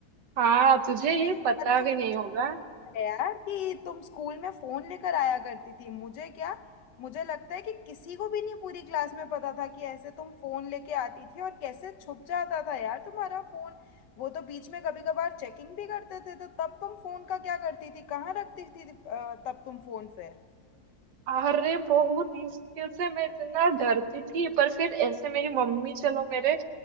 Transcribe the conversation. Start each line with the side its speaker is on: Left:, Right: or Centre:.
Right: हाँ तुझे ये
Left: अरे ये बात
Right: पता
Left: तो
Right: भी
Left: सच
Right: नहीं होगा
Left: है यार कि तुम स्कूल में फोन लेकर आया करती थी मुझे क्या मुझे लगता है कि किसी को भी नहीं पूरी क्लास में पता था कि ऐसे तुम फोन लेके आती थी और कैसे छुप जाता था यार तुम्हारा फोन वो तो बीच में कभी कभार चेकिंग भी करते थे तो तब तुम फोन का क्या करती थी कहाँ रखती थी अ, तब तुम फोन फिर
Right: अरे बहुत मुश्किल से मैं इतना डरती थी पर फिर ऐसे मेरी मम्मी चलो मेरे